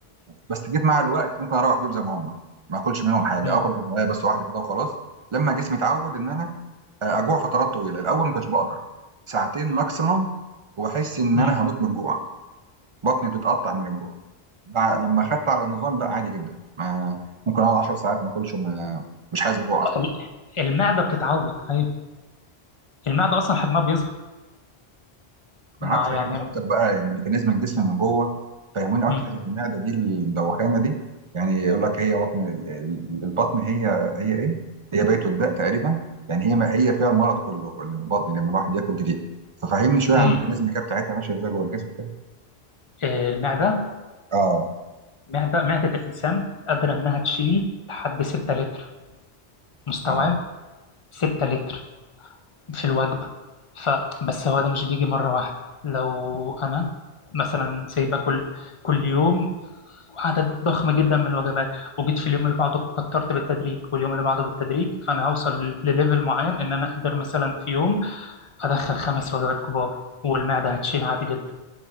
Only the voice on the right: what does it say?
بس جيت مع الوقت ممكن اروح بيهم زي ما هم ما اكلش منهم حاجه
اكل بطنيه بس واحده كده وخلاص لما جسمي اتعود ان انا اجوع فترات طويله الاول ما كنتش بقدر ساعتين ماكسيمم واحس ان
انا هموت من الجوع بطني بتتقطع من الجوع بع- لما خدت على النظام لا عادي جدا ما ممكن اقعد 10 ساعات ما اكلش وما مش حاسس بجوع اصلا.
معاك
فهمني
اكتر بقى يعني ميكانيزم الجسم من جوه فهموني اكتر
حته المعده دي المدوخانه دي يعني يقول لك هي بطن ال- ال- البطن هي هي ايه؟ هي بيت الداء تقريبا يعني هي ما هي فيها المرض كله البطن لما الواحد ياكل جديد ففهمني شويه عن
الميكانيزم كده بتاعتها ماشيه ازاي جوه الجسم كده
اه
اه